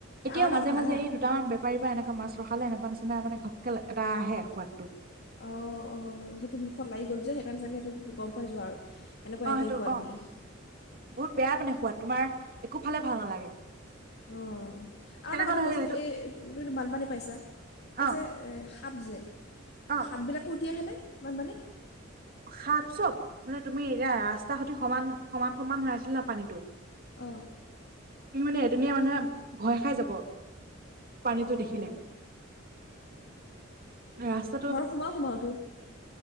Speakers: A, on the left; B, on the right.
A: এ
B: এতিয়াও
A: আৰু এটা
B: মাজে
A: কথা
B: মাজে
A: হা
B: এই দুটা মান বেপাৰীৰ পৰা এনেকুৱ মাছ ৰখালে এনেকুৱা নিচিনা মানে ঘাপকে এটা আহে সোৱাদটো।
A: অ অ সেইটো মুখত লাগি গ'ল যে সেইকাৰণে চাগে সেইটো গম পাই যোৱা আৰু। এনেকুৱা
B: অ
A: একেই
B: সেইটো
A: সোৱাদ
B: অ,
A: বুলি
B: বহুত বেয়া মানে সোৱাদ তোমাৰ একো ফালে ভাল নালাগে।
A: অ আৰু
B: সেইদিনাখন
A: এটা কথা কৱাচোন?
B: সেই সেইটো
A: এই তুমি ত বানপানী পাইছা এই
B: অ
A: যে এ সাপ যে,
B: অ
A: সাপবিলাকো উতি আহেনে বানপানীত?
B: সাপ চব, মানে তুমি এয়া ৰাস্তা সতি সমান সমান সমান হৈ আছিল ন পানীটো
A: অ।
B: উম মানে এদিনীয়া মানুহে ভয় খাই যাব। পানীটো
A: অঁ
B: দেখিলে, ৰাস্তাটো
A: সোমায় সোমোয়াটো।